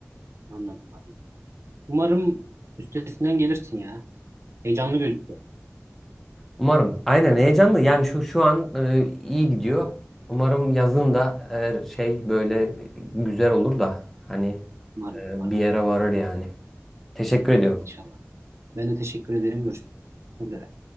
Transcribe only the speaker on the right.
Anladım. abi. Umarım üstesinden gelirsin ya. Heyecanlı gözüküyor.
Umarım,
umarım
inşallah. Ben de teşekkür ederim. Görüşmek üzere.